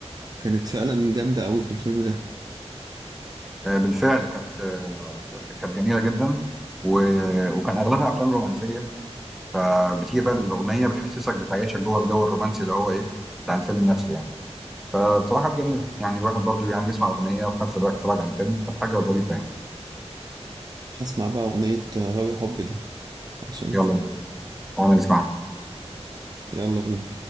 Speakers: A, on the right (about 35°); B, in the centre.
A: كانت فعلا جامده قوي في الفيلم ده
B: آه، بالفعل كانت آه، كانت جميله جدا و- وكان اغلبها افلام رومانسيه فبتيجي بقى الاغنيه بتحسسك بتعيشك جوه الجو الرومانسي اللي هو ايه بتاع الفيلم نفسه يعني فبصراحه كانت جميله يعني الواحد برضو يعني بيسمع اغنيه وفي نفس الوقت يتفرج على الفيلم فكانت حاجه ظريفه يعني
A: هسمع بقى اغنيه آه، غاوي حب دي عشان
B: يلا يا باشا، تعالى نسمعها
A: يلا بينا